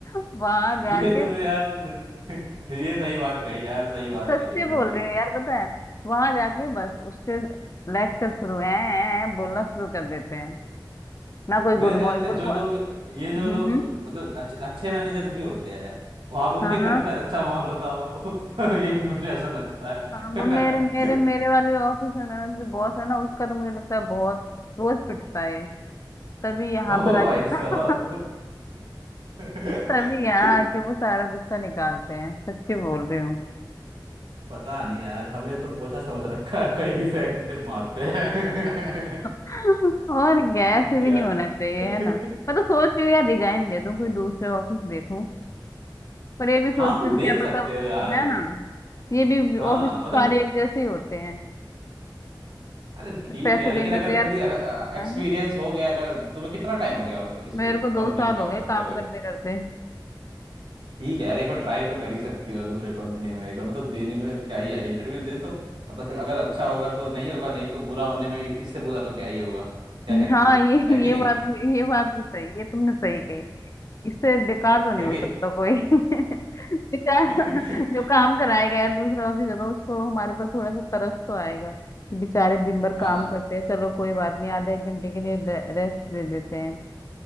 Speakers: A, on the left; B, on the right.
A: <laughs> वहां जाके
B: ये तुमने यार <laughs> ये सही बात कही यार सही बात
A: सच्ची
B: करी बिल्कुल
A: बोल रही हूँ यार पता है वहां जाके बस उसके लेक्चर शुरू है बोलना शुरू कर देते हैं ना कोई
B: मेरे
A: गुड
B: ख्याल
A: मॉर्निंग
B: से
A: गुड
B: जो लोग ये
A: मॉर्निंग
B: जो लोग मतलब अच्छे अच्छे मैनेजर्स भी होते हैं वहाँ उनके
A: हाँ
B: घर
A: हाँ।
B: में शायद अच्छा माहौल होता हो <laughs> ये मुझे ऐसा लगता है
A: हाँ, वो मेरे मेरे
B: <laughs>
A: मेरे वाले ऑफिस में मेरा जो बॉस है ना उसका तो मुझे लगता है बहुत रोज पिटता है तभी यहाँ
B: ओ
A: पर
B: भाई
A: आके
B: साहब
A: <laughs>
B: <laughs>
A: तभी यहाँ आके वो सारा गुस्सा निकालते हैं सच्ची बोल रही हूँ
B: पता नहीं यार हमें तो पोछा समझ रखा है कहीं भी फेंक दे मारते हैं
A: <laughs> और गैस
B: <laughs>
A: भी
B: क्या
A: नहीं होना चाहिए
B: <laughs>
A: है ना मैं तो सोच रही हूँ यार रिजाइन दे दूँ कोई दूसरे ऑफिस देखूँ पर ये भी सोचती
B: हाँ मतलब
A: हूँ
B: देख
A: क्या
B: सकते
A: पता
B: हो यार
A: है ना ये भी
B: हाँ
A: ऑफिस तो
B: मतलब
A: सारे एक जैसे ही होते हैं
B: अरे ठीक
A: पैसे
B: है
A: देंगे
B: लेकिन अगर
A: तो यार
B: जैसे कि एक्सपीरियंस
A: हाँ,
B: हो गया अगर तुम्हें कितना टाइम हो गया इस
A: मेरे को दो
B: कंपनी
A: साल
B: में काम
A: हो गए
B: करते
A: काम
B: हुए
A: करते करते
B: ठीक है यार एक बार ट्राई तो कर ही सकती हो दूसरे कंपनी में एक बार मतलब देने में क्या ही है इंटरव्यू दे दो पता चल अगर अच्छा होगा तो नहीं होगा नहीं तो बुरा होने में इससे बुरा तो क्या ही होगा क्या कहती
A: हाँ
B: हो
A: ये
B: है कि
A: ये
B: नहीं
A: बात भी ये बात भी सही ये तुमने सही कही इससे बेकार तो नहीं
B: है
A: हो
B: कि
A: सकता कोई <laughs> बेचारा
B: <laughs>
A: जो काम कराएगा यार दूसरा ऑफिस होगा उसको हमारे ऊपर थोड़ा सा तरस तो आएगा कि बेचारे दिन भर
B: हाँ
A: काम करते हैं चलो कोई बात नहीं आधे एक घंटे के लिए रेस्ट दे देते हैं